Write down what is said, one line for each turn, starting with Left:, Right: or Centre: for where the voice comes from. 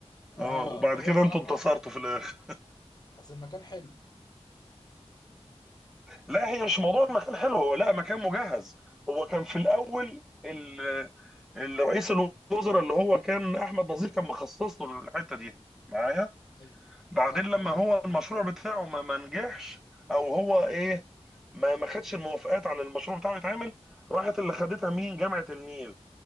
Left: اه
Centre: اه وبعد
Left: هو
Centre: كده
Left: صراحة
Centre: انتوا انتصرتوا
Left: أصل
Centre: في الاخر
Left: أصل المكان حلو
Centre: لا هي مش موضوع المكان حلو هو لا مكان مجهز هو كان في الاول ال... الرئيس الوزراء اللي هو كان احمد نظيف كان مخصص له الحته دي معايا
Left: أيوه
Centre: بعدين
Left: صح
Centre: لما
Left: مظبوط
Centre: هو المشروع بتاعه ما ما نجحش او هو ايه ما ما خدش الموافقات على المشروع بتاعه يتعمل راحت اللي خدتها مين جامعة النيل